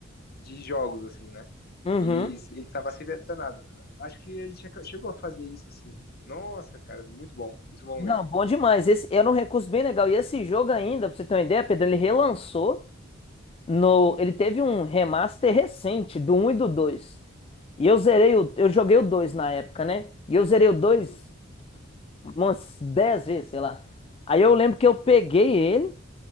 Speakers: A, on the left (about 50°); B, on the left (about 30°).
A: de jogos, assim, né?
B: Uhum.
A: E ele tava sempre detonado. Acho que a gente chegou a fazer isso, assim. Nossa, cara, muito bom, muito bom
B: Não,
A: mesmo.
B: bom demais. Esse era um recurso bem legal. E esse jogo ainda, pra você ter uma ideia, Pedro, ele relançou no. Ele teve um remaster recente do um e do dois E eu zerei o. Eu joguei o 2 na época, né? E eu zerei o dois
A: Uhum.
B: umas 10 vezes, sei lá. Aí eu lembro que eu peguei ele